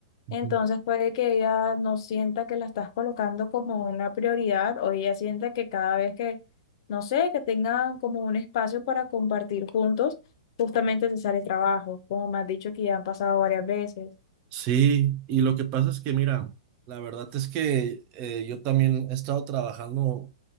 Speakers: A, on the right; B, on the left.
A: ujú.
B: Entonces puede que ella no sienta que la estás colocando como una prioridad o ella sienta que cada vez que, no sé, que tengan como un espacio para compartir juntos, justamente te sale trabajo, como me has dicho que ya han pasado varias veces.
A: Sí, y lo que pasa es que, mira, la verdad es que eh, yo también he estado trabajando